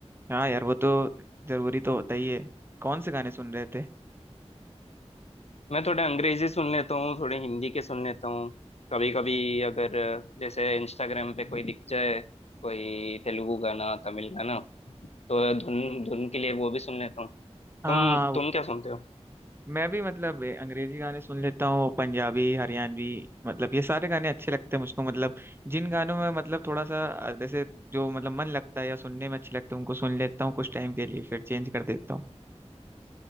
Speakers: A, on the right; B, on the left.
A: हाँ यार वो तो जरूरी तो होता ही है कौन से गाने सुन रहे थे
B: मैं थोड़े अंग्रेजी सुन लेता हूँ थोड़े हिंदी के सुन लेता हूँ कभी कभी अगर जैसे इंस्टाग्राम पे कोई दिख जाए कोई तेलुगु गाना तमिल गाना तो धुन धुन के लिए वो भी सुन लेता हूँ
A: हाँ
B: तुम
A: हाँ वो-
B: तुम क्या सुनते हो
A: मैं भी मतलब ए, अंग्रेजी गाने सुन लेता हूँ पंजाबी हरियाणवी मतलब ये सारे गाने अच्छे लगते हैं मुझको मतलब जिन गानों में मतलब थोड़ा सा अ, जैसे जो मतलब मन लगता है या सुनने में अच्छे लगते हैं उनको सुन लेता हूँ कुछ टाइम के लिए फिर चेंज कर देता हूँ